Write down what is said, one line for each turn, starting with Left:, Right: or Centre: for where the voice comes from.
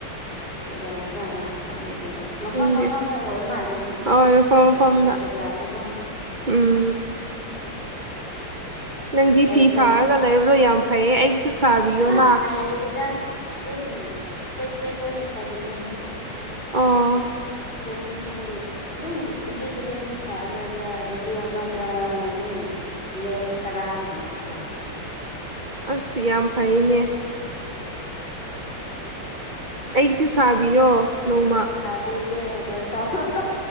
Left: ꯣꯕ ꯆꯂ ꯑꯗꯨꯗꯤ ꯃꯐꯝ
Right: ꯈꯪꯗꯦ
Left: ꯃꯐꯝꯗ ꯑꯣꯏ ꯃꯥꯜꯂꯦ ꯑꯗꯨꯗꯤ
Right: ꯍꯣꯏ ꯃꯐꯝ ꯃꯐꯝꯗ
Left: ꯖꯒꯥꯗꯨꯒ
Right: ꯎꯝ ꯅꯪꯒꯤ
Left: ꯀꯩ
Right: ꯐꯤ
Left: ꯀꯩ
Right: ꯁꯥꯔꯒ ꯂꯩꯕꯗꯣ ꯌꯥꯝ ꯐꯩꯌꯦ ꯑꯩꯒꯤꯁꯨ ꯁꯥꯕꯤꯌꯣꯅ
Left: ꯑꯁ ꯍꯥꯏꯗꯨꯗ ꯑꯗꯨꯝ ꯑꯩꯈꯣꯏ ꯆꯦꯛ ꯑꯩꯣꯏꯅ ꯇꯝꯃꯦꯕꯀꯣ
Right: ꯑꯣ
Left: ꯆꯍꯤꯍꯤ ꯑꯗꯨꯝ ꯆꯍꯤ ꯈꯨꯗꯤꯡꯒꯤ ꯁꯥꯂꯒ ꯆꯍꯤ ꯑꯃꯗ ꯑꯗꯨꯝ ꯅ ꯇꯔꯥꯒꯨꯝꯕꯗꯤ ꯁꯥ
Right: ꯑꯁ ꯌꯥꯝ ꯐꯩꯅꯦ
Left: ꯑ
Right: ꯑꯩꯒꯤꯁꯨ ꯁꯥꯕꯤꯌꯣ ꯅꯣꯡꯃ
Left: ꯦꯒꯦ ꯇꯍ--inaudible